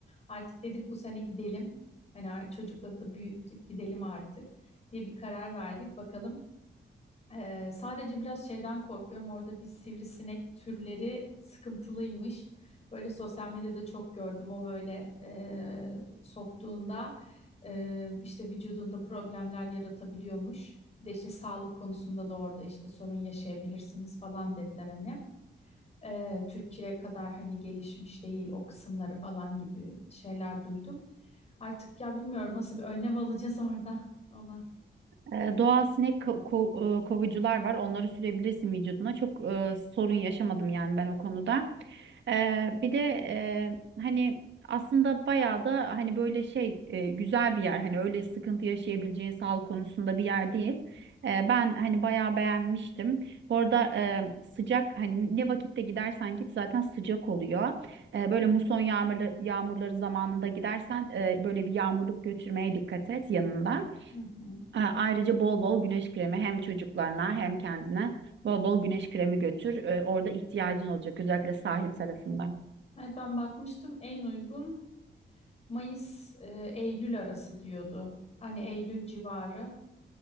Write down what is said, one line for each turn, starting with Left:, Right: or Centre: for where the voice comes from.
Left: Artık dedik bu sene gidelim. Hani ar- çocukları da büyüttük, gidelim artık diye bir karar verdik. Bakalım. Ee, sadece biraz şeyden korkuyorum. Orada bir sivrisinek türleri sıkıntılıymış. Böyle sosyal medyada çok gördüm. O böyle e, soktuğunda e, işte vücudunda problemler yaratabiliyormuş. Bir de işte sağlık konusunda da orada işte sorun yaşayabilirsiniz falan dediler hani. Ee, Türkiye kadar hani gelişmiş değil o kısımları falan gibi şeyler duydum. Artık ya bilmiyorum nasıl bir önlem <laughs> alacağız orada ona.
Right: E, doğal sinek ko- ko- e, kovucular var. Onları sürebilirsin vücuduna. Çok e, sorun yaşamadım yani ben o konuda. E, bir de e, hani aslında bayağı da hani böyle şey e, güzel bir yer. Hani öyle sıkıntı yaşayabileceğin sağlık konusunda bir yer değil. E, ben hani bayağı beğenmiştim. Bu arada e, sıcak hani ne vakitte gidersen git zaten sıcak oluyor. E, böyle muson yağmurları, yağmurları zamanında gidersen e, böyle bir yağmurluk götürmeye dikkat et yanında.
Left: Hı hı.
Right: E, Ayrıca bol bol güneş kremi hem çocuklarına hem kendine bol bol güneş kremi götür. E, Orada ihtiyacın olacak özellikle sahil tarafından.
Left: Evet ben bakmıştım en uygun Mayıs e, Eylül arası diyordu. Hani Eylül civarı